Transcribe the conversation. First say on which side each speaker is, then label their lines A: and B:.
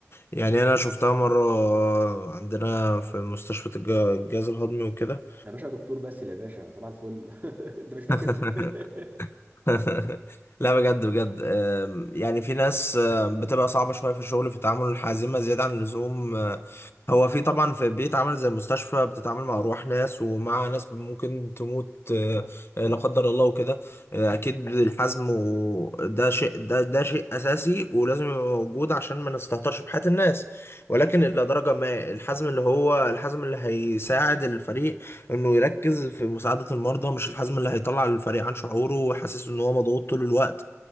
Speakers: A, on the left (about 50°); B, on the right (about 35°).
A: يعني انا شفتها مره عندنا في مستشفى الج- الجهاز الهضمي وكده
B: يا باشا دكتور باسل يا باشا صباح الفل <laughs> انت مش فاكر
A: <laughs>
B: <laughs>
A: <laughs> لا بجد بجد آم، يعني في ناس آه، بتبقى صعبة شوية في الشغل في التعامل الحازمة زيادة عن اللزوم آه، هو في طبعا في بيتعامل زي المستشفى بتتعامل مع أرواح ناس ومع ناس ممكن تموت آه، آه، لا قدر الله وكده آه، أكيد الحزم وده شيء ده ده شيء أساسي ولازم يبقى موجود عشان ما نستهترش بحياة الناس ولكن إلى درجة ما الحزم اللي هو الحزم اللي هيساعد الفريق انه يركز في مساعدة المرضى مش الحزم اللي هيطلع الفريق عن شعوره ويحسسه ان هو مضغوط طول الوقت